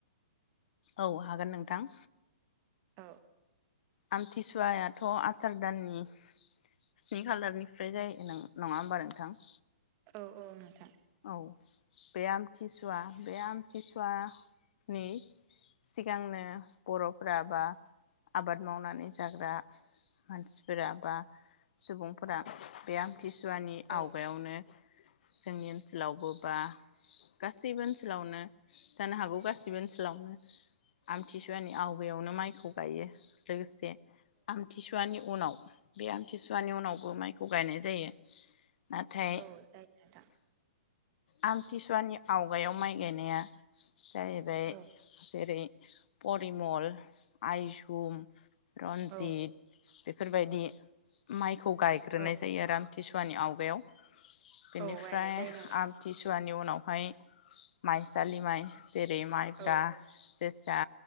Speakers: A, on the left (about 55°); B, on the right (about 30°).
A: औ हागोन नोंथां।
B: औ
A: आमथिसुवायाथ' आसार दाननि स्नि खालारनिफ्राय जायो न नङा होमबा नोंथां?
B: औ औ नोंथां।
A: औ बे आमथिसुवा बे आमथिसुवानि सिगांनो बर'फोरा बा आबाद मावनानै जाग्रा मानसिफोरा बा सुबुंफोरा बे आम थिसुवानि आवगायावनो।
B: औ
A: जोंनि ओनसो लावबोबा। गासैबो ओनसो सोलावनो जानो हागौ गासिबो ओनसोलावनो आमथिसुवानि आवगायावनो माइखौ गायो। लोगोसे आमथिसुवानि उनाव बे आम थिसुवानि उनावबो माइखौ गायनाय जायो। <inaudible> नाथाय
B: औ जायो नोंथां।
A: आमथिसुवानि आवगायाव माइ गायनाया जाहैबाय
B: औ
A: जेरै परिमल आइजुम रन्जित
B: औ
A: बेफोरबायदि माइखौ गायग्रोनाय
B: औ
A: जायो आरो आमथि थिसुवानि आवगायाव बेनिफ्राय
B: औ गायनाय जायो नोंथां
A: आल नि उनावहाय माइसालि माइ जेरै माइब्रा
B: औ
A: जोसा